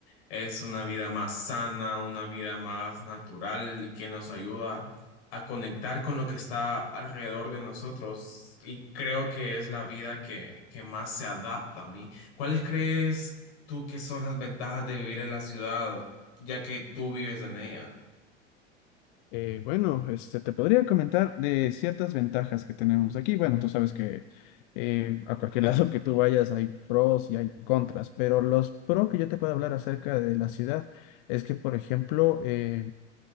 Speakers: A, on the left; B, on the left.
A: es una vida más sana, una vida más natural y que nos ayuda a conectar con lo que está alrededor de nosotros. Y creo que es la vida que, que más se adapta a mí. ¿Cuáles crees tú que son las ventajas de vivir en la ciudad, ya que tú vives en ella?
B: Eh, bueno, este, te podría comentar de ciertas ventajas que tenemos aquí. Bueno, tú sabes que eh, a cualquier <laughs> lado que tú vayas hay pros y hay contras, pero los pros que yo te puedo hablar acerca de la ciudad es que, por ejemplo, eh,